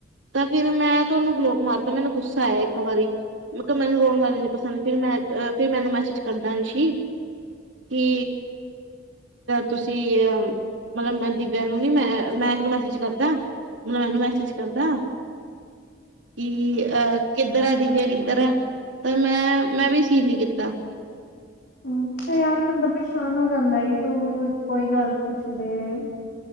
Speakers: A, on the right (about 80°); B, on the left (about 65°).
A: ਤਾਂ ਫੇਰ ਮੈਂ ਤਾ ਓਨੂੰ ਬਲੋਕ ਮਾਰਤਾ ਮੈਨੂੰ ਗੁੱਸਾ ਆਯਾ ਏਕ ਵਾਰੀ, ਮੈਂ ਕੈਆ ਮੈਨੂੰ ਰੋਣ ਵਾਲੇ ਨੀ ਪਸੰਦ ਫਿਰ ਮੈਂ ਫੇਰ ਮੈਨੂੰ ਮੈਸੇਜ ਕਰਦਾ ਅੰਸ਼ੀ, ਕਿ ਤੁਸੀਂ ਅਹ ਮਤਲਬ, ਮੈਂ ਦਿਵਿਆ ਨੂੰ ਨੀ ਮੈਂ-ਮੈਂ ਮੈਕ ਨੂੰ ਮੈਸੇਜ ਕਰਦਾ। ਮੈ ਓਨੂੰ ਮੈਸੇਜ ਕਰਦਾ ਕਿ ਅਹ ਕਿੱਧਰ ਐ ਦਿਵਿਆ ਕਿੱਧਰ ਐ ਤਾਂ ਮੈਂ-ਮੈਂ ਵੀ ਸੀਨ ਨੀ ਕੀ ਕੀਤਾ।
B: ਹੂੰ ਤੇ ਯਾਰ ਬੰਦਾ ਪਰੇਸ਼ਾਨ ਹੋ ਜਾਂਦਾ ਏ ਤੂੰ ਕੋਈ ਗੱਲ ਪੁੱਛਦੀ ਏ।